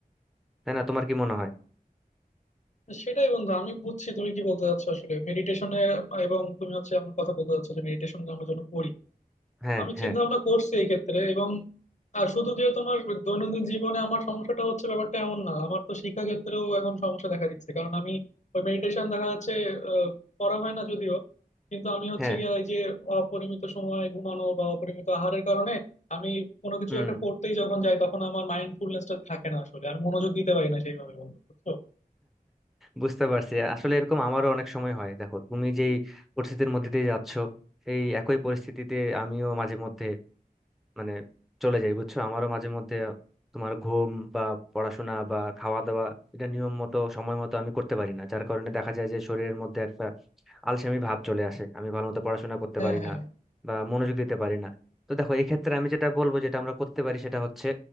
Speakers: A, in the centre; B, on the left.
A: তাই না তোমার কি মনে হয়
B: সেটাই বন্ধু আমি বুঝছি তুমি কি বলতে চাচ্ছো আসলে মেডিটেশনে এবং তুমি হচ্ছে আমার কথা বলতে চাচ্ছো যে মেডিটেশন আমরা যেন করি
A: হ্যাঁ
B: আমি
A: হ্যাঁ
B: চিন্তা ভাবনা করছি এই ক্ষেত্রে এবং আর শুধু যে তোমার দৈনন্দিন জীবনে আমার সমস্যাটা হচ্ছে ব্যাপারটা এমন না আমার তো শিক্ষা ক্ষেত্রেও এখন সমস্যা দেখা দিচ্ছে কারণ আমি ওই মেডিটেশন দেখা যাচ্ছে আহ, করা হয় না যদিও কিন্তু আমি হচ্ছে
A: হ্যাঁ
B: গিয়ে এই যে অপরিমিত সময় ঘুমানো বা অপরিমিত আহারের কারণে আমি কোনো কিছু
A: হুম
B: একটা করতেই যখন যাই তখন আমার মাইন্ডফুলনেসটা থাকে না আসলে আমি মনোযোগ দিতে পারি না সেইভাবে বন্ধু বুঝছো
A: বুঝতে পারছি আসলে এরকম আমারও অনেক সময় হয় দেখো তুমি যেই পরিস্থিতির মধ্যে দিয়ে যাচ্ছ এই একই পরিস্থিতিতে আমিও মাঝে মধ্যে মানে চলে যাই বুঝছো আমারও মাঝে মধ্যে তোমার ঘুম বা পড়াশোনা বা খাওয়া দাওয়া এটা নিয়ম মতো সময় মতো আমি করতে পারি না যার কারণে দেখা যায় যে শরীরের মধ্যে একটা আলসেমি ভাব চলে আসে আমি ভালো মতো পড়াশোনা করতে
B: হ্যাঁ
A: পারি
B: হ্যাঁ
A: না বা মনোযোগ দিতে পারি না তো দেখো এই ক্ষেত্রে আমি যেটা বলবো যেটা আমরা করতে পারি সেটা হচ্ছে